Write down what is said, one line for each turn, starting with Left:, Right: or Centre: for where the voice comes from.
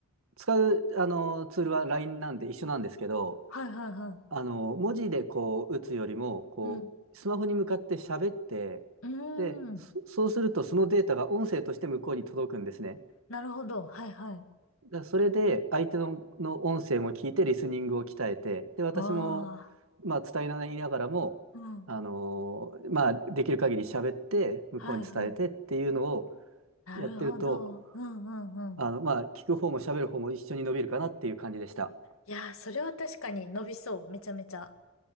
Right: 使う、あの、ツールは LINE なんで一緒なんですけど、
Left: はいはいはい。
Right: あの、文字でこう打つよりも、こう、
Left: うん。
Right: スマホに向かって喋って、
Left: うー
Right: で、
Left: ん。
Right: そそうするとそのデータが音声として向こうに届くんですね。
Left: なるほど。はいはい。
Right: だからそれで相手の、の音声も聞いてリスニングを鍛えて、で、私も、
Left: あ
Right: まあ、伝えながらも、
Left: あ。うん。
Right: あの、まあ、できる限り喋って、向こうに伝えてっていうのを
Left: はいはい。なるほど。
Right: やってると、
Left: うんうんうん。
Right: あの、まあ、聞く方も喋る方も一緒に伸びるかなっていう感じでした。
Left: いやー、それは確かに伸びそう。めちゃめちゃ